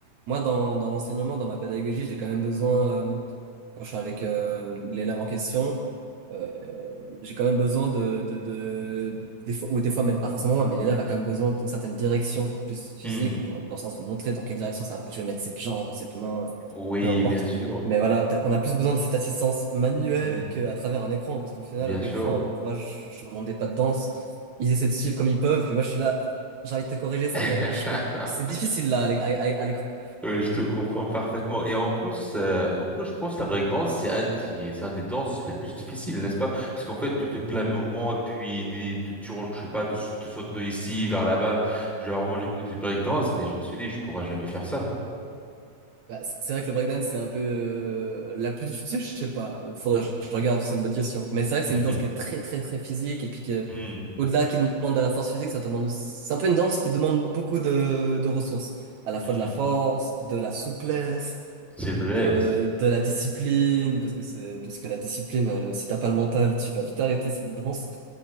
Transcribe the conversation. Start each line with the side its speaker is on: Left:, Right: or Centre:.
Right: moi dans, dans l'enseignement, dans ma pédagogie, j'ai quand même besoin euh, quand je suis avec euh, l'élève en question, euh, euh, j'ai quand même besoin de, de, de des fois, ou des fois même pas forcément moi, mais l'élève a quand même besoin d'une certaine direction plus physique,
Centre: Mhm.
Right: dans, dans le sens de montrer dans quelle direction ça va. Je vais mettre cette jambe, cette main, euh,
Centre: Oui,
Right: peu importe.
Centre: bien sûr.
Right: Mais voilà, t'as- on a plus besoin de cette assistance manuelle
Centre: Hmm,
Right: qu'à travers un écran, parce qu'au final,
Centre: bien
Right: à l'écran,
Centre: sûr.
Right: euh, moi, je je ne rendais pas de danse. Ils essaient de suivre comme ils peuvent, puis moi, je suis là, j'arrive de te corriger
Centre: <laughs>
Right: ça, mais je peux... c'est difficile là, à l'é- à- à- à l'écran.
Centre: Oui, je te comprends parfaitement. Et en plus, euh, en plus, je pense que la breakdance, c'est un des, c'est un des danses les plus difficiles, n'est-ce pas? Parce qu'en fait, tu fais plein de mouvements et puis des, tu tournes, je sais pas, de, tu sautes de ici vers là-bas. Genre, moi, j'ai vu des breakdance, mais je me suis dit, je pourrais jamais faire ça.
Right: Bah, c- c'est vrai que le breakdance, c'est un peu euh, la plus difficile, je sais pas. Euh, Faudrait que je regarde, c'est une bonne question. Mais c'est vrai que
Centre: <laughs>
Right: c'est une danse qui est très, très, très physique et puis qui, est-
Centre: Hmm,
Right: au-delà qui demande de la force physique, ça demande, c'est un peu une danse qui demande beaucoup de, de ressources. À la fois
Centre: hmm.
Right: de la force, de la souplesse,
Centre: C'est vrai,
Right: de,
Centre: c-
Right: de la discipline, parce que c'est, parce que la discipline, euh, si t'as pas le mental, tu vas vite arrêter cette danse.